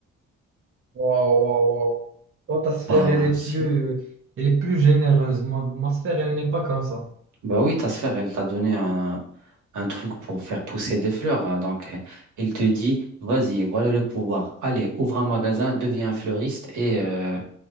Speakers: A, on the right; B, on the right.
A: Waouh, waouh, waouh. Toi, ta sphère,
B: Bah,
A: elle est
B: si.
A: plus, elle est plus généreuse. Moi, ma sphère, elle n'est pas comme ça.
B: Bah oui, ta sphère, elle t'a donné un, un truc pour faire pousser des fleurs. hein. Donc, euh, elle te dit, vas-y, voilà le pouvoir. Allez, ouvre un magasin, deviens un fleuriste et, euh,